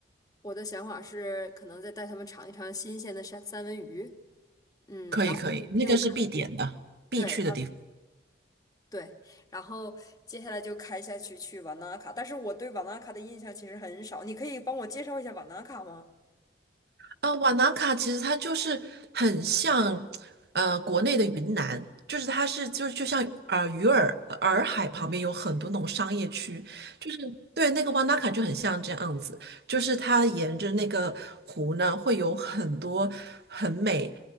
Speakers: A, on the left; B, on the right.
A: 我的想法是，可能再带他们尝一尝新鲜的三三文鱼，嗯，
B: 可以可以，
A: 然后就开
B: 那个是必点的，必去的地方。
A: 对，然后对，然后接下来就开下去去瓦纳卡。但是我对瓦纳卡的印象其实很少，你可以帮我介绍一下瓦纳卡吗？
B: 啊，瓦纳卡其实它就是很像，呃，国内的云南，就是它是就就像呃鱼儿呃洱海旁边有很多那种商业区，就是对那个瓦纳卡就很像这样子，就是它沿着那个湖呢会有很多很美